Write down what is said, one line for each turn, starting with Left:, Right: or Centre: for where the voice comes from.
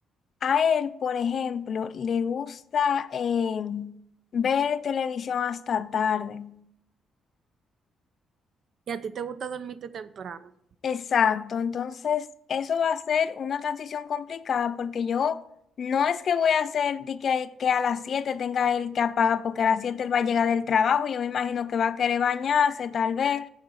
Left: a él, por ejemplo, le gusta eh, ver televisión hasta tarde.
Right: Y a ti te gusta dormirte temprano.
Left: Exacto, entonces eso va a ser una transición complicada porque yo no es que voy a hacer de que, que a las 7 tenga él que apagar porque a las 7 él va a llegar del trabajo y yo me imagino que va a querer bañarse tal vez